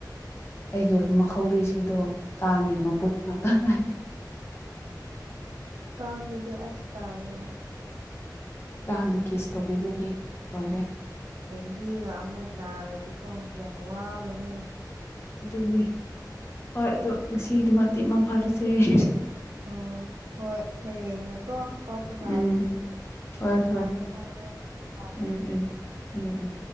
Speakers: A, on the left; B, on the right.
A: ꯑꯩꯒꯤ ꯃꯈꯧꯔꯤꯁꯤꯡꯗꯣ ꯀꯥꯡꯒꯤ ꯃꯄꯨꯠ
B: ꯎꯝ
A: ꯉꯥꯛꯇ ꯉꯅ <inaudible>
B: ꯀꯥꯡꯒꯤꯗꯤ ꯑꯁꯇꯥꯂꯦ
A: ꯀꯥꯡꯅ ꯀꯦꯁ ꯇꯧꯕꯤꯕꯒꯤ ꯂꯣꯏꯔꯦ
B: ꯦꯡꯒꯤꯒ ꯑꯃꯨꯛ ꯅꯥꯔꯗꯤꯀꯣ ꯌꯥꯝ ꯋꯥꯕꯅꯦ
A: ꯑꯗꯨꯅꯦ ꯍꯣꯏ ꯑꯗꯨ ꯉꯁꯤꯒꯤꯗꯃꯛꯇꯤ ꯏ ꯃꯨꯡ ꯐꯥꯗꯁꯦ ꯑꯩ
B: ꯑꯣ ꯍꯣꯏ ꯍꯌꯦꯡꯅꯦꯀꯣ ꯄꯥꯎ ꯐꯅꯔꯁꯦ
A: ꯎꯝ ꯍꯣꯏ ꯍꯣꯏ
B: ꯐꯔꯦ
A: ꯍꯣꯏ
B: ꯐꯔꯦ ꯀꯦ
A: ꯎꯝ ꯎꯝ ꯎꯝ ꯎꯝ